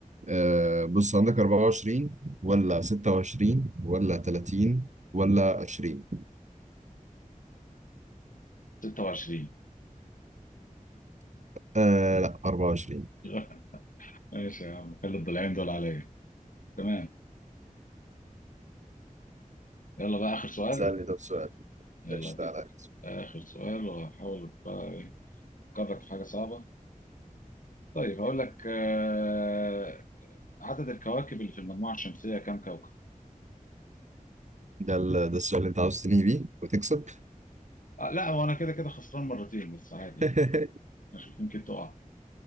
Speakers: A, on the right; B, on the left.
A: آه بص عندك 24 ولا 26 ولا 30 ولا 20
B: 26
A: آه لا 24
B: <laughs> ماشي يا عم خلي الضلعين دول عليا تمام يلا بقى آخر سؤال
A: سألني طب سؤال
B: يلا
A: ماشي
B: أديك
A: تعالى
B: آخر سؤال وهحاول بقى أفكرك في حاجة صعبة طيب هقول لك آه، عدد الكواكب اللي في المجموعة الشمسية كم كوكب؟
A: ده ال- ده السؤال اللي انت عاوز تنهي بيه وتكسب
B: آه، لا هو أنا كده كده خسران مرتين بس عادي
A: <laughs>
B: مش يمكن تقع